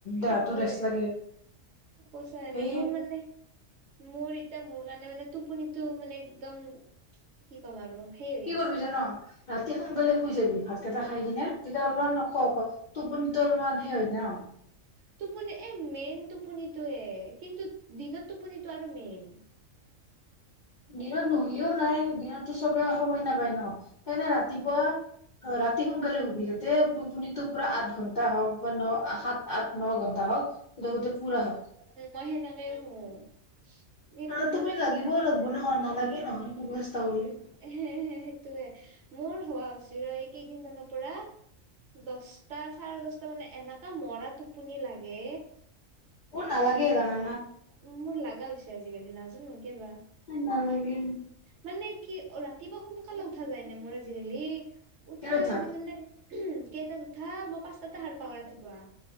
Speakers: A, on the right (about 65°); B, on the left (about 60°).
A: সেইটোয়ে
B: দেহাতটো ৰেষ্ট লাগে
A: কৈছা
B: সেই।
A: এনে মোৰ মানে মোৰ এতিয়া মোৰ কাৰণে মানে টোপনিটো মানে একদম কি ক'ম আৰু। সেই হৈ গৈছে
B: কি কৰিবি জান ৰাতি। সোনকালে শুই যাবি ভাত কেইটা খাই কিনে। তেতিয়া অলপমান নকক টোপনিটো অলপমান সেই হয় ন।
A: টোপনি এই মেইন টোপনিটোয়ে কিন্তু দিনত টোপনিতটো আৰু মেইন।
B: দিনত নোশুলেও নাই দিনততো চবে সময় নাপায় ন, সেইকাৰণে ৰাতিপুৱা ৰাতি সোনকালে শুবি। তেতিয়া টোপনিটো পুৰা আঠ ঘন্টা হওঁক বা ন সাত আঠ ন ঘন্টা হওঁক বা গোটেই পুৰা হওঁক।
A: উম মই সেনেকে শু। কিন্তু
B: অ তুমি লাগিবও লাগে। নহয় নালাগে নহয়। শুব চেষ্টা কৰিলে
A: হে হে সেইটোয়ে মোৰ হোৱা। চিৰ এই কেইদিনমানৰ পৰা দছটা চাৰে দছটা মানে এনেকা মৰা টোপনি লাগে।
B: ও নালাগে জানা।
A: মোৰ লগা হৈছে আজিকালি নাজানোঁ কিয় বা।
B: নালাগে
A: মানে। কি অ ৰাতিপুৱা সোনকালে উঠা যায় নে মোৰ আজিকালি। উঠাবি
B: কেই উঠা
A: মানে। কেইটাত উঠা মই পাঁচটাতে সাৰ পাওঁ ৰাতিপুৱা।